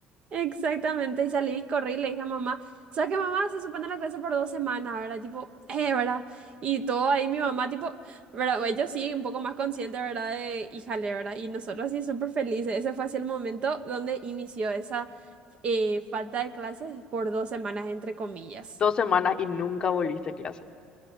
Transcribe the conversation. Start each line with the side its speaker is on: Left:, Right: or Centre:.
Right: Exactamente, y salí, corrí y le dije a mamá, sabes sea que mamá se suspende la clase por dos semanas, ¿verdad? Tipo, <laughs> eh, ¿verdad? Y todo ahí mi mamá, tipo, ¿verdad? Ellos sí, un poco más consciente, ¿verdad? De, híjale, ¿verdad? Y nosotros sí súper felices. Ese fue así el momento donde inició esa eh, falta de clases por dos semanas, entre comillas.
Left: Dos semanas y nunca volviste a clase.